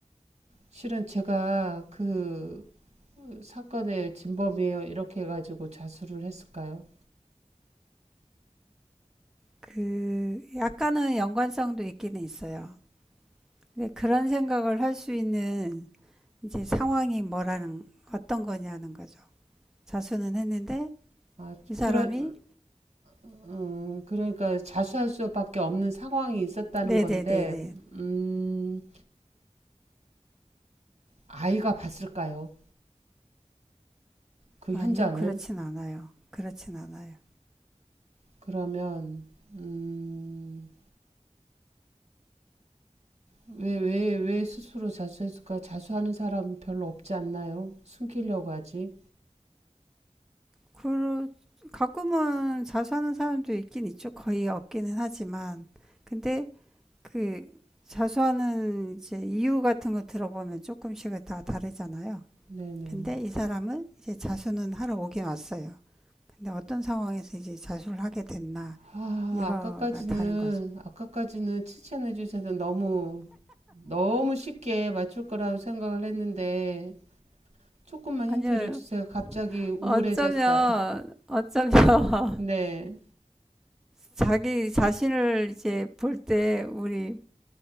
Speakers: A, on the right (about 60°); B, in the centre.
A: 실은 제가 그 사건의 진범이에요 이렇게 해가지고 자수를 했을까요?
B: 그 약간은 연관성도 있기는 있어요. 근데 그런 생각을 할 수 있는 이제 상황이 뭐라는 어떤 거냐는 거죠. 자수는 했는데
A: 아, 좀
B: 이 사람이
A: 그런 음, 그러니까 자수할 수밖에 없는 상황이 있었다는
B: 네네네네
A: 건데 음, 아이가 봤을까요? 그
B: 아니요,
A: 현장을
B: 그렇진 않아요. 그렇진 않아요.
A: 그러면 음, 왜, 왜, 왜 스스로 자수했을까? 자수하는 사람 별로 없지 않나요? 숨기려고 하지.
B: 그, 가끔은 자수하는 사람도 있긴 있죠. 거의 없기는 하지만. 근데 그 자수하는 이제 이유 같은 거 들어보면 조금씩은 다 다르잖아요.
A: 네네.
B: 근데 이 사람은 이제 자수는 하러 오긴 왔어요. 근데 어떤 상황에서 이제 자수를 하게 됐나,
A: 아,
B: 이거가
A: 아까까지는,
B: 다른 거죠.
A: 아까까지는 칭찬해 주셔서 너무, 너무 쉽게 맞출 거라고 생각을 했는데, 조금만
B: 아니요.
A: 힌트를 주세요. 갑자기 우울해졌어요.
B: 어쩌면, 어쩌면, <laughs>
A: 네.
B: 자기 자신을 이제 볼 때, 우리